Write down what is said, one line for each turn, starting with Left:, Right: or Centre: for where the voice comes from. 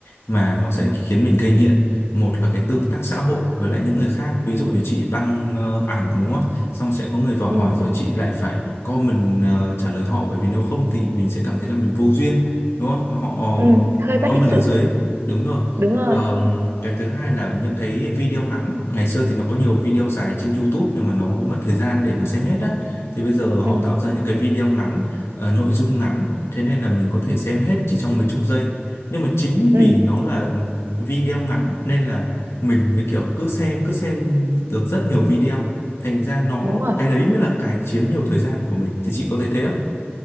Left: mà nó sẽ khiến mình gây nghiện. Một là cái tương tác xã hội với lại những người khác. Ví dụ
Right: ừ
Left: là chị đăng ờ, ảnh đúng không? Xong sẽ có người vào
Right: ừ,
Left: hỏi rồi chị lại phải comment ờ, trả lời họ bởi vì nếu không thì mình sẽ cảm thấy là mình vô duyên đúng không? Mà họ ờ,
Right: ừ. hơi bất
Left: comment
Right: lịch sự
Left: ở dưới. Đúng rồi.
Right: đúng rồi
Left: Ờm, cái thứ hai là những cái video ngắn ngày xưa thì nó có nhiều video dài trên YouTube nhưng mà nó mất thời gian để mà xem hết á thì bây giờ họ
Right: ừ
Left: tạo ra những cái video ngắn ờ, nội dung ngắn thế nên là mình có thể xem hết chỉ trong mấy chục giây nhưng mà chính
Right: ừ
Left: vì nó là video ngắn nên là mình mới kiểu cứ xem cứ xem được rất nhiều video thành ra nó
Right: đúng rồi
Left: cái đấy mới là cái chiếm nhiều thời gian của mình thì chị có thấy thế không?